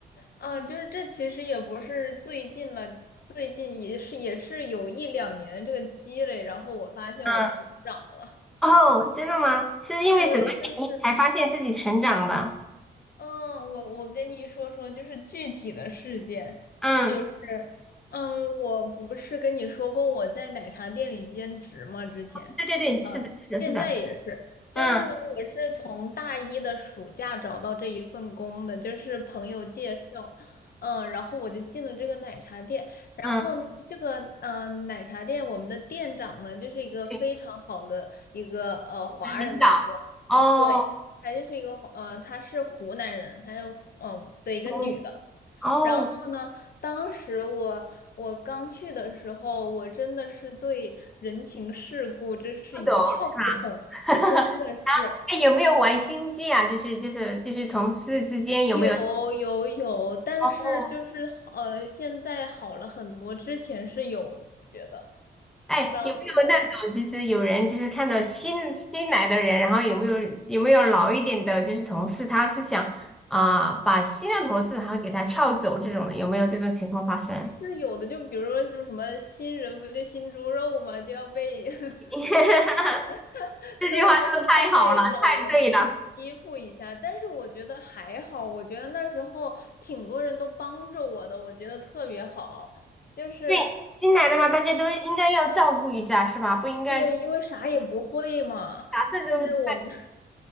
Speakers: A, on the left; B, in the centre.
A: 嗯、就是这其实也不是最近了，最近也是也是有一两年的这个积累，然后我发现我成长了。
B: 嗯，哦，真的吗？是因为什么原因才发现自己成长的？
A: 对，就是。嗯，我我跟你说说，就是具体的事件，
B: 嗯，
A: 就是，嗯，我不是跟你说过我在奶茶店里兼职吗？之前，
B: 对对对，
A: 啊，
B: 是的，是的，
A: 现在也是，
B: 是的。
A: 就是呢，
B: 嗯
A: 我是从大一的暑假找到这一份工的，就是朋友介绍，嗯，然后我就进了这个奶茶店，然后呢，
B: 嗯，
A: 这个嗯，奶茶店我们的店长呢，就是一个非常好的一个呃华人的一个。
B: 对，领导。哦
A: 对，她就是一个呃，她是湖南人，她是嗯的一个女的。
B: 哦哦，
A: 然后呢，当时我我刚去的时候，我真的是对人情世故真是一窍不通，
B: 不懂是吧？
A: 真的是
B: <laughs> 哎，有没有玩心机啊？就是就是就是同事之间有没有？
A: 有有有，但是就是好呃，
B: 哦
A: 现在好了很多，之前是有的，我觉得。
B: 哎，
A: 然后
B: 有没有那种就是有人就是看到新新来的人，然后有没有有没有老一点的，就是同事，他是想啊、把新的同事然后给他撬走这种的，有没有这种情况发生？
A: 是有的，就比如说，就是什么新人不就新猪肉嘛，就要被 <laughs>
B: <laughs>
A: 就要 <laughs>
B: 这句话说的太好了，
A: 对，就是会被老员工欺负一下，
B: 太对了。
A: 但是我觉得还好，我觉得那时候挺多人都帮着我的，我觉得特别好，就是
B: 对，新来的嘛，大家都应该要照顾一下，是吧？不应该就
A: 对，因为啥也不会嘛，
B: 啥事都
A: 就是我们 <laughs>